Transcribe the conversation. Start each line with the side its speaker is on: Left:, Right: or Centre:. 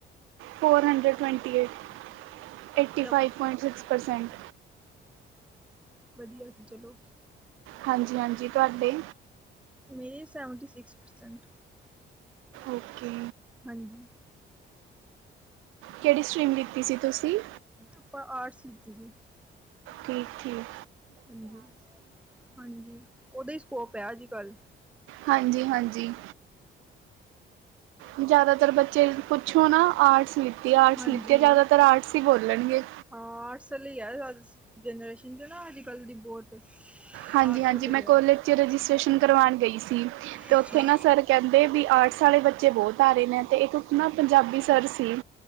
Right: Four hundred, twenty eight. Eighty
Centre: ਅੱਛਾ
Right: ਫ਼ਾਈਵ ਪੁਆਇੰਟ, ਸਿਕਸ ਪਰਸੈਂਟ।
Centre: ਵਧੀਆਂ ਸੀ ਚਲੋਂ।
Right: ਹਾਂਜੀ-ਹਾਂਜੀ ਤੁਆਡੇ?
Centre: ਮੇਰੇ ਸੈਵਨਟੀ ਸਿਕਸ, ਪਰਸੈਂਟ।
Right: ਓਕੇ।
Centre: ਹਾਂਜੀ।
Right: ਕਿਹੜੀ ਸਟ੍ਰੀਮ ਲਿੱਤੀ ਸੀ ਤੁਸੀਂ?
Centre: ਆਪਾਂ ਆਟਸ ਲਿੱਤੀ ਸੀ।
Right: ਠੀਕ-ਠੀਕ।
Centre: ਹਾਂਜੀ-ਹਾਂਜੀ, ਉਹਦਾ ਈ ਸਕੋਪ ਐ ਅੱਜ-ਕੱਲ੍ਹ।
Right: ਹਾਂਜੀ-ਹਾਂਜੀ। ਜ਼ਿਆਦਾ ਤਰ ਬੱਚੇ ਪੁੱਛੋ ਨਾ, ਆਟਸ ਲਿੱਤੀ, ਆਟਸ
Centre: ਹਾਂਜੀ
Right: ਲਿੱਤੀ, ਜ਼ਿਆਦਾ ਤਰ ਆਟਸ ਈ ਬੋਲਣਗੇ।
Centre: ਹਾਂ, ਆਟਸ ਲਈ ਐ, ਜਨਰੇਸ਼ਨ 'ਚ ਨਾ ਅੱਜ-ਕੱਲ੍ਹ ਦੀ ਬਹੁਤ ਆਰਟਸ
Right: ਹਾਂਜੀ-ਹਾਂਜੀ,
Centre: ਵਾਲੇ ਹੀ
Right: ਮੈਂ ਕੋਲੇਜ
Centre: ਆ
Right: 'ਚ ਰਜਿਸਟ੍ਰੇਸ਼ਨ ਕਰਵਾਂਣ ਗਈ ਸੀ ਤੇ
Centre: ਅੱਛਾ
Right: ਉੱਥੇ ਨਾ ਸਰ ਕਹਿੰਦੇ ਵੀ ਆਰਟਸ ਆਲੇ ਬੱਚੇ ਬਹੁਤ ਆ ਰਹੇ ਨੇ ਤੇ ਇੱਕ ਨਾ ਪੰਜਾਬੀ ਸਰ ਸੀ